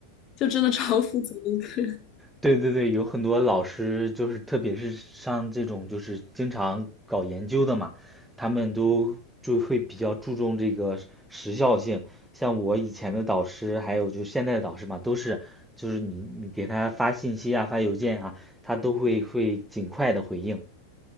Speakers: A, on the left; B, in the centre.
A: 就真的超负责的一个人。
B: 对对对，有很多老师就是，特别是像这种就是经常搞研究的嘛，他们都就会比较注重这个时时效性。像我以前的导师，还有就是现在的导师嘛，都是就是你你给他发信息啊，发邮件啊，他都会会尽快的回应，